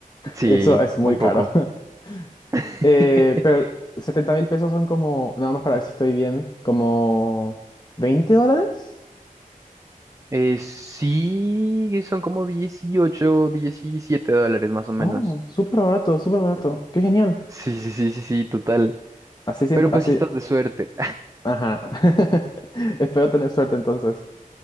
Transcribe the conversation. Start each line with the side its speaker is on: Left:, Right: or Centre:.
Right: Sí,
Left: Eso es muy
Right: un
Left: caro.
Right: poco.
Left: <laughs>
Right: <laughs>
Left: Eh, pero setenta mil pesos son como, nada más para ver si estoy bien, como 20 dólares.
Right: Eh, sí, son como 18, 17 dólares más o menos.
Left: Oh, súper barato, súper barato. Qué genial.
Right: Sí, sí, sí, sí, sí, total.
Left: Así, sien-
Right: Pero pues
Left: así,
Right: si estás de suerte.
Left: ajá. <laughs> Espero tener suerte entonces.